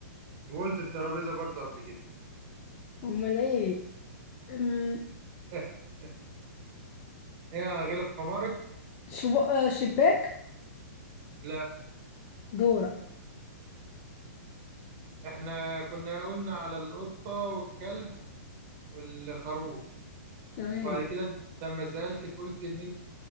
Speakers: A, on the right; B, on the left.
A: وقلت الترابيزة برضو قبل كده
B: امال ايه مم...
A: <laughs> يا غلب حمارك
B: شب... آه، شباك
A: لا
B: دورك
A: احنا كنا قلنا على القطة والكلب والخروف
B: تمام
A: وبعد كده انت لما سألتك قلت ان انت